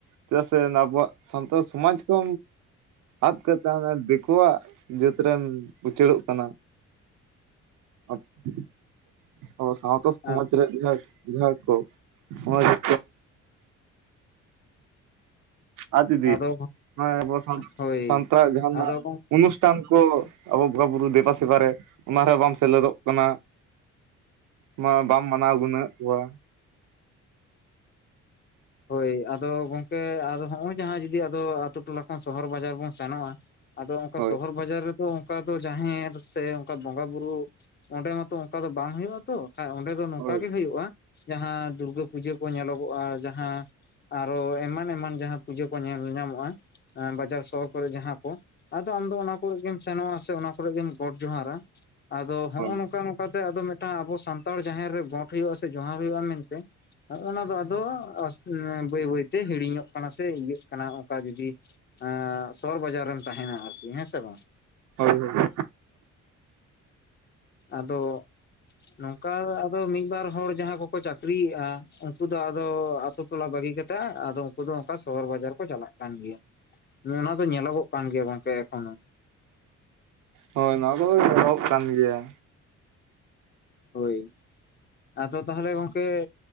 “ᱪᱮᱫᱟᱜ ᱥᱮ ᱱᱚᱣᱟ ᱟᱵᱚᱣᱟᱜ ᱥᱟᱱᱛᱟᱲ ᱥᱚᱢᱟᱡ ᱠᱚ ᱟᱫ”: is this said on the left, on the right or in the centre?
Right